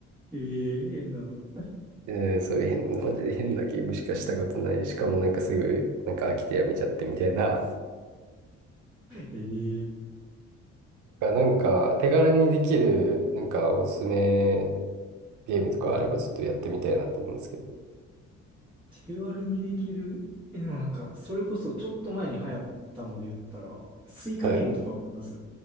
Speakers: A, in the centre; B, on the right.
A: ええ変なの。
B: えーそういう変、マジで変なゲームしかしたことない。しかもなんかすぐ、なんか飽きてやめちゃってみたいな。
A: <laughs> ええ
B: がなんか手軽にできるなんかおすすめゲームとかあればちょっとやってみたいなと思うんですけど。
A: ああ、手軽にできる。え、でもなんか、それこそちょっと前に流行ったので言ったら、スイカゲームとかわかります
B: はい。